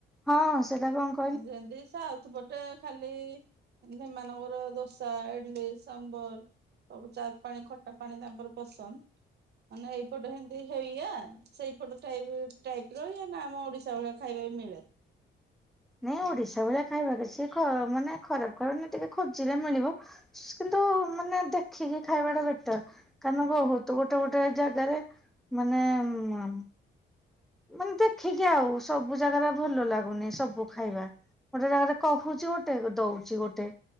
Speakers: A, in the centre; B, on the right.
A: ହଁ ସେଟା କଁ
B: ଯେମତି ସେ ଆଉଥୁ ପଟା ଖାଲି ସେମାନଙ୍କର ଦୋସା ଇଡଲି ସମ୍ବର ସବୁ ଚାରୁ ପାଣି ଖଟା ପାଣି ତାଙ୍କର ପସନ୍ଦ ମାନେ ଏଇପଟେ ଏମିତି ହେଇଆ ସେଇପଟୁ ଟାଇପ ଟାଇପ ର ୟ ନା ଆମ ଓଡିଶା ଭଳିଆ ଖାଇବା ବି ମିଳେ।
A: ନାଇଁ ଓଡିଶା ଭଳିଆ ଖାଇବା କିଛି ଖରାପ ମାନେ ଖରାପ ଖାରଣ ଟିକେ ଖୋଜିରେ ମିଳିବ। କିନ୍ତୁ ମାନେ ଦେଖିକି ଖାଇବା ଟା ବେଟର। କାରଣ ବୋହୁତ ଗୋଟେ ଗୋଟେ ଜାଗାରେ ମାନେ ମ ମାନେ ଦେଖିକି ଆଉ ସବୁ ଜାଗାରେ ଭଲ ଲାଗୁନି ସବୁ ଖାଇବା। ଗୋଟେ ଜାଗାରେ କହୁଚି ଗୋଟେ ଦଉଚି ଗୋଟେ।